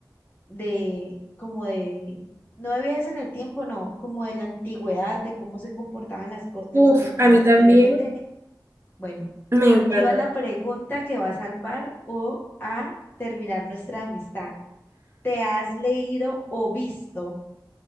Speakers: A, on the left; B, on the right.
A: de, como de, no de viajes en el tiempo, no, como de la antigüedad, de cómo se comportaban las, co- las
B: uf,
A: personas
B: a mí también
A: anteriormente, bueno,
B: me
A: aquí
B: encanta.
A: va la pregunta que va a salvar o a terminar nuestra amistad. ¿Te has leído o visto,